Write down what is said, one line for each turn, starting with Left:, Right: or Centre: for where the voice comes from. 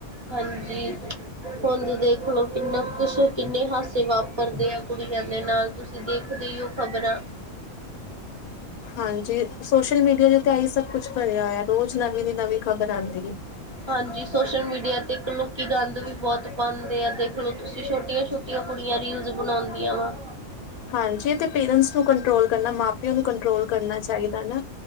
Right: ਹਾਂਜੀ ਹੁਣ ਦੇਖ ਲਓ ਕਿੰਨਾ ਕੁਛ ਕਿੰਨੇ ਹਾਸੇ ਵਾਪਰਦੇ ਆ ਕੁੜੀਆਂ ਦੇ ਨਾਲ ਤੁਸੀਂ ਦੇਖਦੇ ਈ ਹੋ ਖ਼ਬਰਾਂ
Left: ਹਾਂਜੀ ਸੋਸ਼ਲ ਮੀਡੀਆ ਤੇ ਆ ਹੀ ਸਭ ਕੁਛ ਭਰਿਆ ਹੋਇਆ, ਰੋਜ਼ ਨਵੀਂ ਦੀ ਨਵੀਂ ਖ਼ਬਰ ਆਉਂਦੀ ਹੈ
Right: ਹਾਂਜੀ ਸੋਸ਼ਲ ਮੀਡੀਆ ਤੇ ਇਕ ਲੋਕੀ ਗੰਦ ਵੀ ਬਹੁਤ ਪਾਉਂਦੇ ਆ, ਦੇਖ ਲਓ ਤੁਸੀਂ ਛੋਟੀਆਂ ਛੋਟੀਆਂ ਜੋ ਕੁੜੀਆਂ ਰੀਲਸ ਬਣਾਉਂਦੀਆਂ ਵਾ
Left: ਹਾਂਜੀ ਇਹ ਤੇ ਪੇਰੈਂਸ ਨੂੰ ਕੰਟਰੋਲ ਕਰਨਾ, ਮਾਂ ਪਿਓ ਨੂੰ ਕੰਟਰੋਲ ਕਰਨਾ ਚਾਹੀਦਾ ਨਾ